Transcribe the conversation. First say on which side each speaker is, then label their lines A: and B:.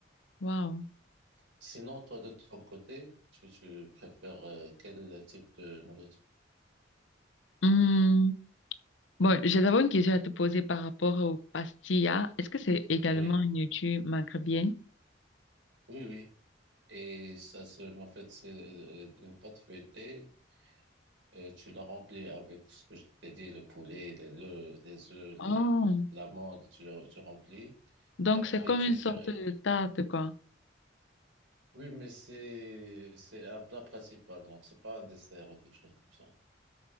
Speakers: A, on the left; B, on the right.
A: Wow.
B: Sinon, toi, de ton côté, tu, tu préfères euh, quel type de nourriture?
A: Hmm. Bon, j'ai d'abord une question à te poser par rapport au pastilla. Est-ce que c'est également
B: Oui,
A: une nourriture maghrébienne?
B: oui, oui. Et ça, se, en fait, c'est euh, une pâte feuilletée. euh, tu la remplis avec ce que je t'ai dit, le poulet, les, le, les œufs, les,
A: Oh,
B: l'amande, tu, tu remplis.
A: donc
B: Après,
A: c'est Voilà. comme
B: tu
A: une
B: fais...
A: sorte de tarte, quoi.
B: Oui, mais c'est, c'est un plat principal, donc c'est pas un dessert ou quelque chose comme ça.